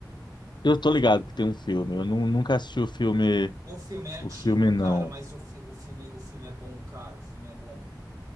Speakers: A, on the left (about 75°); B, on the right (about 50°).
A: Eu estou ligado que tem um filme. Eu nu- nunca assisti o filme,
B: O filme é antigo,
A: o filme não.
B: cara, mas o, fi- o filme o filme é bom, cara. O filme é bom.